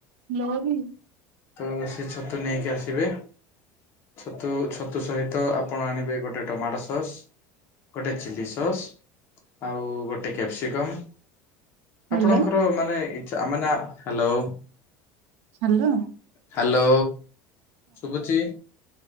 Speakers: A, on the right; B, on the left.
A: ଲୋରି।
B: ତ ସେ ଛତୁ ନେଇକି ଆସିବେ। ଛତୁ ଛତୁ ସହିତ ଆପଣ ଆଣିବେ ଗୋଟେ ଟୋମାଟୋ ସସ୍। ଗୋଟେ ଚିଲ୍ଲି ସସ୍ ଆଉ ଗୋଟେ କ୍ୟାପ୍ସିକମ୍।
A: ହ୍ୟାଲୋ
B: ଆପଣଙ୍କର ମାନେ ଇଛା ମାନେ ହ୍ୟାଲୋ
A: ହ୍ୟାଲୋ।
B: ହ୍ୟାଲୋ, ଶୁଭୁଛି?